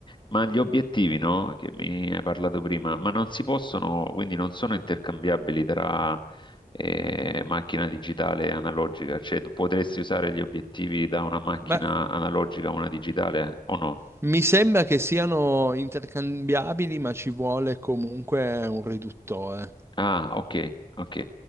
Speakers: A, on the left; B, on the right.
A: Ma gli obiettivi, no? Che mi hai parlato prima, ma non si possono, quindi non sono intercambiabili tra eh, macchina digitale e analogica, cioè potresti usare gli obiettivi da una macchina
B: ma
A: analogica a una digitale o no?
B: mi sembra che siano intercambiabili, ma ci vuole comunque un riduttore.
A: Ah, ok, ok.